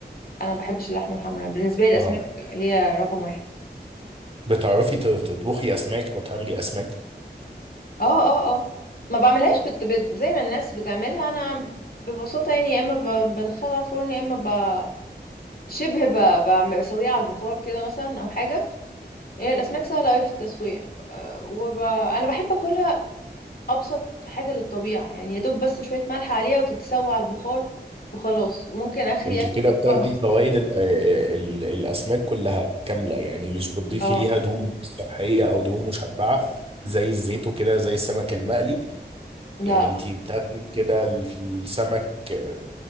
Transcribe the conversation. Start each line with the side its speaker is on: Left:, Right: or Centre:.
Left: انا ما بحبش اللحمة الحمراء بالنسبة لي الاسماك
Right: اه
Left: هي رقم واحد
Right: بتعرفي ت- تطبخي اسماك او تعملي اسماك
Left: اه اه اه ما بعملهاش بت... بت... زي ما الناس بتعملها انا ببساطة يعني يا اما ب... بدخلها الفرن يا اما ب... شبه ب... ب... بسويها على البخار كده مثلا او حاجة هي الاسماك سهلة اوي في التسوية أه، وب... انا بحب اكلها ابسط حاجة للطبيعة يعني يا دوب بس شوية ملح عليها وتتسوى على البخار وخلاص ممكن اخري
Right: انت
Left: يعني
Right: كده بتاخدي
Left: بقى
Right: فوائد ال- آه، ال- الاسماك كلها كاملة يعني مش بتضيفي
Left: اه
Right: ليها دهون صحية او دهون مشبعة زي الزيت وكده زي السمك المقلي
Left: لا
Right: يعني انت بتاخدي كده السمك آه،